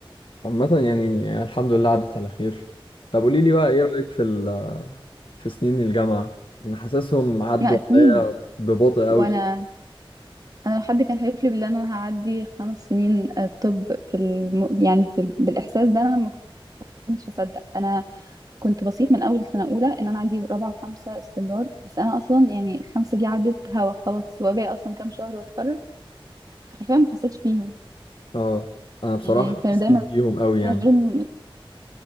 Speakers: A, on the left; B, on the right.
A: عامه يعني الحمد لله عدت على خير طب قولي لي بقى ايه رايك في ال في سنين الجامعه انا حاسسهم عدوا
B: لا سنين
A: عليا ببطء
B: وانا
A: قوي
B: انا لو حد كان حلف لي بالله ان انا هعدي خمس سنين آه، طب في الم... يعني في ال... بالاحساس ده انا ما كنتش اصدق انا كنت بصيح من اول سنه اولى ان انا عندي رابعه وخمسه استمرار بس انا اصلا يعني خمسه دي عدت هوا خلاص وباقي اصلا كام شهر واتخرج حرفيا ما حسيتش بيهم
A: اه انا بصراحه
B: يعني كانوا
A: حسيت
B: دايما
A: بيهم قوي يعني
B: يقولوا إن-